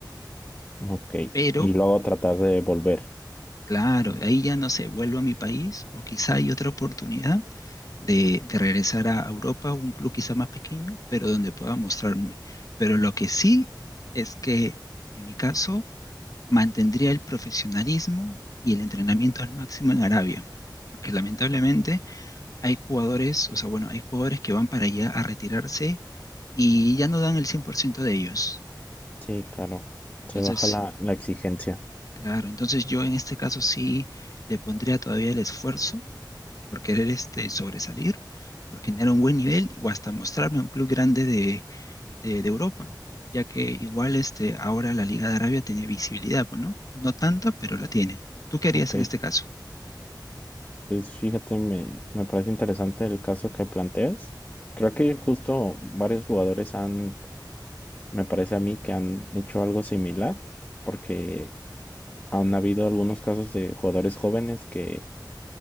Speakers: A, on the left (about 25°); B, on the left (about 50°).
A: ok.
B: Pero,
A: Y luego tratar de volver.
B: claro, de ahí ya no sé, vuelvo a mi país o quizá hay otra oportunidad de, de regresar a Europa, un club quizá más pequeño, pero donde pueda mostrarme. Pero lo que sí es que, en mi caso, mantendría el profesionalismo y el entrenamiento al máximo en Arabia. Porque lamentablemente hay jugadores, o sea, bueno, hay jugadores que van para allá a retirarse y ya no dan el 100% de ellos.
A: Sí, claro.
B: Entonces,
A: Se baja la, la exigencia.
B: claro, entonces yo en este caso sí le pondría todavía el esfuerzo por querer este, sobresalir, por generar un buen nivel o hasta mostrarme a un club grande de, de- de Europa, ya que igual este, ahora la Liga de Arabia tiene visibilidad, pues, ¿no? No tanta, pero la tiene. ¿Tú qué harías
A: Ok,
B: en este caso?
A: pues fíjate, me, me parece interesante el caso que planteas. Creo que justo varios jugadores han Me parece a mí que han hecho algo similar, porque han habido algunos casos de jugadores jóvenes que,